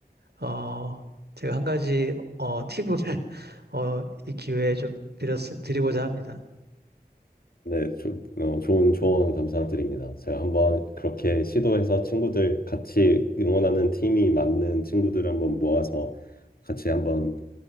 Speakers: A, on the right; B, on the left.
A: 어, 제가 한 가지, 어, 팁을, <laughs> 어, 이 기회에 좀 드렸, 드리고자 합니다.
B: 네, 조, 어, 좋은 조언 감사드립니다. 제가 한번 그렇게 시도해서 친구들 같이 응원하는 팀이 맞는 친구들 한번 모아서 같이 한번